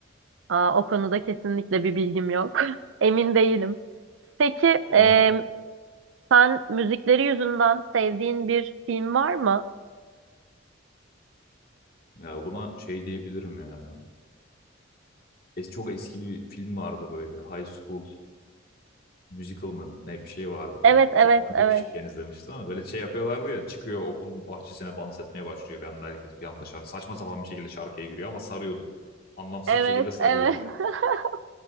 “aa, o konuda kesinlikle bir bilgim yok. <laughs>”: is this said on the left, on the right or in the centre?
Right